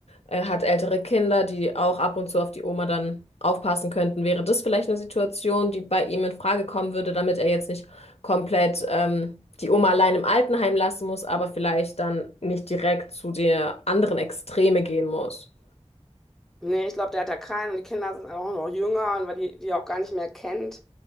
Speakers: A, on the left; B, in the centre.
A: er hat ältere Kinder, die auch ab und zu auf die Oma dann aufpassen könnten. Wäre das vielleicht eine Situation, die bei ihm in Frage kommen würde, damit er jetzt nicht komplett ähm, die Oma allein im Altenheim lassen muss, aber vielleicht dann nicht direkt zu der anderen Extreme gehen muss?
B: Nee, ich glaube, der hat da keinen und die Kinder sind auch noch jünger und weil die die auch gar nicht mehr kennt,